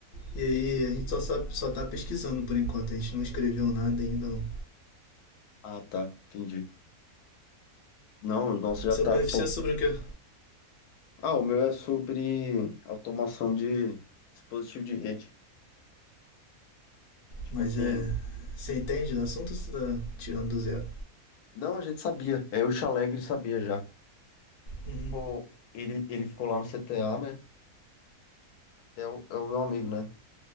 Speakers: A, on the left; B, on the left.
A: E aí a gente só, sabe, só tá pesquisando por enquanto, a gente não escreveu nada ainda não.
B: Ah, tá, entendi. Não, o nosso já
A: Seu
B: tá,
A: PFC
B: pô.
A: é sobre o quê?
B: Ah, o meu é sobre automação de dispositivo de rede. Tipo
A: Mas
B: assim,
A: é. Você entende do assunto ou você tá tirando do zero?
B: não, a gente sabia. É, o Chalegre sabia já.
A: Uhum,
B: Pô, ele, ele ficou lá no CTA, né? É o, é o meu amigo, né?